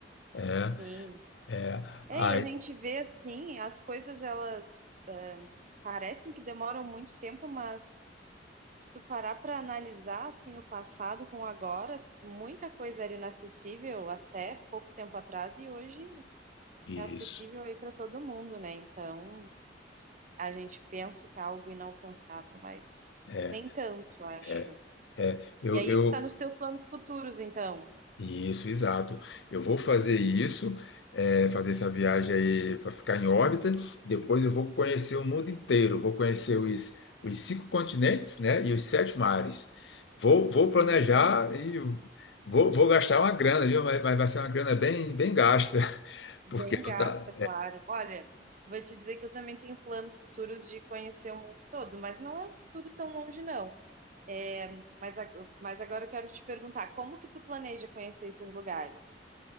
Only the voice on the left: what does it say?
é.
É,
aí,
isso,
é,
é, é, eu,
eu,
isso, exato. Eu vou fazer isso, é, fazer essa viagem aí para ficar em órbita. Depois eu vou conhecer o mundo inteiro, vou conhecer os, os cinco continentes, né, e os sete mares. Vou, vou
planejar e vou, vou gastar uma grana, viu? Mas, mas vai ser uma grana bem, bem gasta, <laughs>
porque
não tá.